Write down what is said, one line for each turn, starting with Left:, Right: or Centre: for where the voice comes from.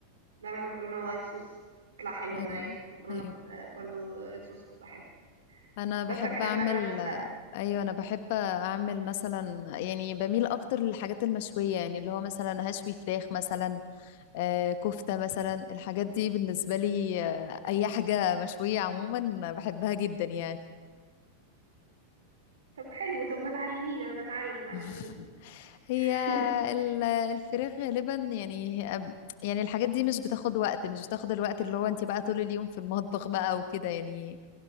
Right: بعمل مكرونه وايت صوص بتطلع حلوه
Left: ايوه
Right: معايا مكرونه
Left: ايوه
Right: ب- برضو ريد صوص بتبقى حلوه
Left: انا
Right: ده
Left: بحب
Right: اكتر حاجات
Left: اعمل
Right: بعملها عشان سهله
Left: ايوه انا بحب اعمل مثلا يعني بميل اكتر للحاجات المشويه يعني اللي هو مثلا هشوي فراخ مثلا آه، كفتة مثلا الحاجات دي بالنسبة لي آه، أي حاجة مشوية عموما بحبها جدا يعني
Right: طب حلو طب ما تعلميني انا بتعلم علميني
Left: <laughs> هي
Right: <laughs>
Left: ال- الفراخ غالبا يعني يعني الحاجات دي مش بتاخد وقت مش بتاخد الوقت اللي هو انت بقى طول اليوم في المطبخ بقى وكده يعني